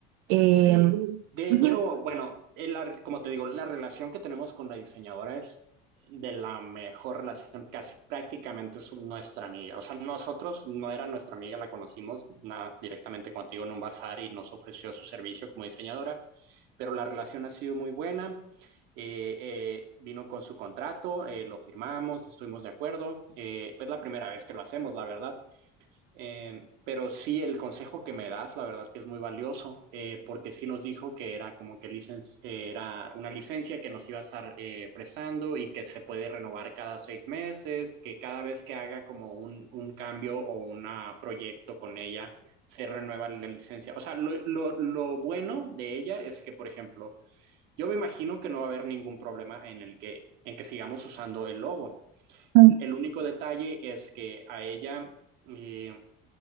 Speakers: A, on the right; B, on the right.
A: Eh,
B: Sí, de
A: ujú,
B: hecho, bueno, el ar- como te digo, la relación que tenemos con la diseñadora es de la mejor relación, casi prácticamente es nuestra amiga. O sea, nosotros no era nuestra amiga, la conocimos na- directamente contigo en un bazar y nos ofreció su servicio como diseñadora, pero la relación ha sido muy buena. Eh, eh, vino con su contrato, eh, lo firmamos, estuvimos de acuerdo. Eh, es la primera vez que lo hacemos, la verdad. Eh, pero sí, el consejo que me das, la verdad que es muy valioso, eh, porque sí nos dijo que era como que licen- eh, era una licencia que nos iba a estar eh, prestando y que se puede renovar cada seis meses, que cada vez que haga como un, un cambio o un proyecto con ella, se renueva la licencia. O sea, lo, lo, lo bueno de ella es que, por ejemplo, yo me imagino que no va a haber ningún problema en el que, en que sigamos usando el logo.
A: Mm.
B: El único detalle es que a ella... eh,